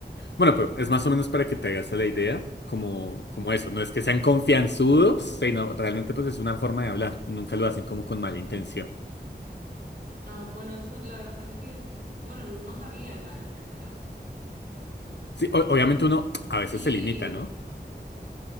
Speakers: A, on the left; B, on the right.
A: Bueno, pero es más o menos para que te hagas la idea, como, como eso. No es que sean confianzudos, sino realmente pues es una forma de hablar y nunca lo hacen como con mala intención.
B: Ah, bueno, eso la verdad es que, bueno, no, no sabía la verdad.
A: Sí, o- obviamente uno a veces
B: Y,
A: se limita, ¿no?